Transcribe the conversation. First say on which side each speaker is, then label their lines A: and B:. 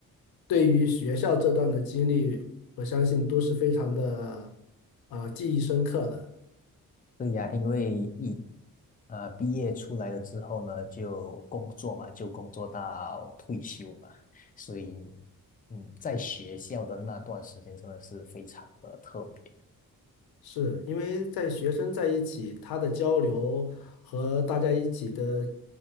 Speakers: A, on the left; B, on the left.
A: 对于学校这段的经历，我相信都是非常的啊、记忆深刻的。
B: 对呀，因为一呃毕业出来了之后呢，就工作嘛，就工作到退休嘛，所以嗯，在学校的那段时间真的是非常的特别。
A: 是因为在学生在一起，他的交流和大家一起的